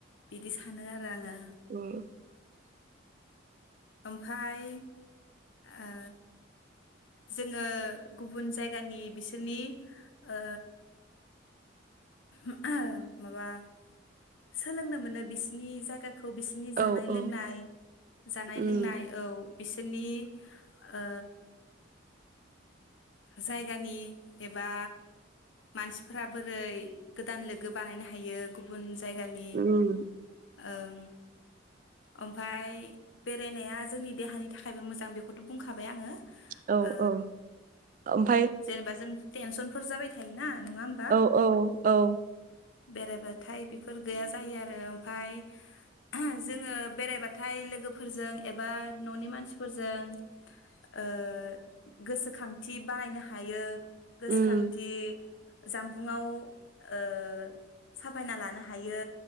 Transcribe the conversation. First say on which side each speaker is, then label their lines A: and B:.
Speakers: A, on the left; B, on the right.
A: बिदि सानो आरो आङो
B: उम
A: ओमफाय ओ जोङो गुबुन जायगानि बिसोरनि ओ मा माबा सोलोंनो मोनो बिसनि जायगा खौ बिसिनि
B: औ
A: जानाय लोंनाय
B: औ
A: नाय
B: उम
A: लोंनाय औ बिसोरनि ओ जायगानि एबा मानसिफोरा बोरै गोदान लोगो बानायनो हायो गुबुन ज जायगानि
B: उम
A: ओं ओमफाय बेरायनाया जोंनि देहानि थाखायबो मोजां बेखौथ' बुंखाबाय आङो
B: औ
A: ओ
B: औ ओमफाय
A: जेनेबा जों टेनसनफोर जाबाय थायोना नङा होमबा
B: औ औ औ
A: बेरायबाथाय बेफोर गैया जायो आरो ओमफाय <unintelligible> जोङो बेरायबाथाय लोगोफोरजों एबा न'नि मानसिफोरजों ओ गोसोखां थि बानायनो हायो गोसोखांथि
B: उम
A: जामबुंआव ओ साफायना लानो हायो